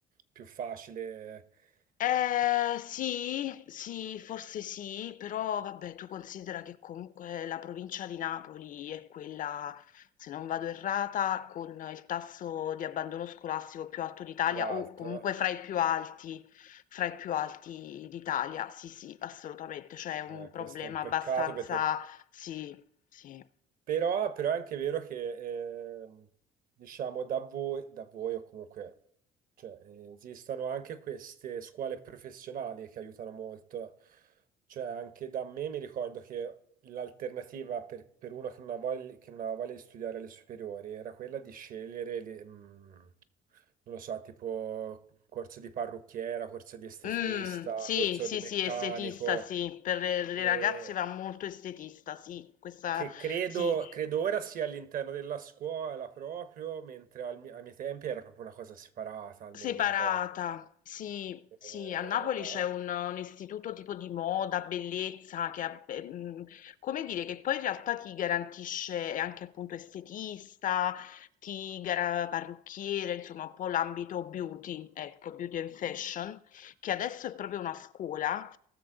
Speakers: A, on the right; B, on the left.
A: più facile
B: Ehm,
A: che
B: sì, sì, forse sì, però vabbè, tu considera che comunque la provincia di Napoli è quella, se non vado errata, con il tasso di abbandono scolastico più alto d'Italia
A: più alto.
B: o comunque fra i più alti, fra i più alti d'Italia. Sì, sì, assolutamente, cioè è un
A: Eh,
B: problema
A: questo è un peccato
B: abbastanza,
A: perché
B: sì, sì.
A: però, però è anche vero che ehm, diciamo da voi, da voi o comunque cioè, eh, esistono anche queste scuole professionali che aiutano molto. Cioè, anche da me mi ricordo che l'alternativa per, per uno che non ha voglia, che non aveva voglia di studiare alle superiori era quella di scegliere, le- mh, non lo so, tipo corso di parrucchiera, corso di estetista,
B: Mh, sì,
A: corso
B: sì,
A: di meccanico.
B: sì, estetista, sì, per le le
A: Eh,
B: ragazze va molto estetista, sì, questa
A: che credo,
B: sì,
A: credo ora sia all'interno della scuola proprio, mentre al mi- ai miei tempi era proprio una cosa separata, almeno
B: separata.
A: mi ricordo.
B: Sì,
A: eh.
B: sì,
A: Eh,
B: a Napoli c'è un un istituto tipo di moda, bellezza, che ha, beh, mhmm, come dire, che poi in realtà ti garantisce anche appunto estetista, ti gara parrucchiere, insomma un po' l'ambito beauty, ecco, beauty and fashion, che adesso è proprio una scuola